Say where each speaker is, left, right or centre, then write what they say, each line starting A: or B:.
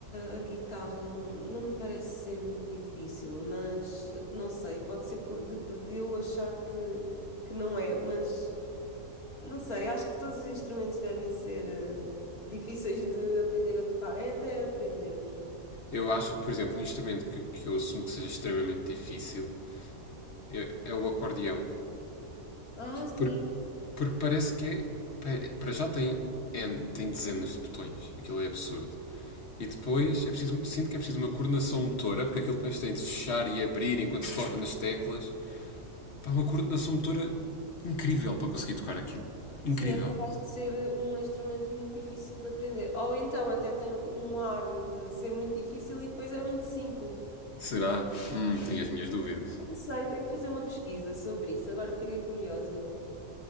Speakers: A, on the left (about 85°); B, on the left (about 50°).
A: a, a guitarra não, não me parece ser muito difícil, mas não sei, pode ser por, de, de eu achar que, que não é, mas não sei, acho que todos os instrumentos devem ser eh, difíceis de aprender a tocar, é até aprendermos.
B: Eu acho, por exemplo, um instrumento que, que eu assumo que seja extremamente difícil é, é o acordeão.
A: Ah, sim.
B: Porque, porque parece que é. pá, é- Para já tem, N- tem dezenas de botões. Aquilo é absurdo. E depois é preciso, sinto que é preciso uma coordenação motora, porque aquilo depois tem de fechar e abrir enquanto se toca nas teclas. Pá, uma coordenação motora incrível para conseguir tocar aquilo.
A: Sim,
B: Incrível.
A: é capaz de ser eh, um instrumento muito difícil de aprender. Ou então até tem um ar de ser muito difícil e depois é muito simples.
B: Será? Hum, tenho as minhas dúvidas.
A: Não sei, tenho que fazer uma pesquisa sobre isso, agora fiquei curiosa.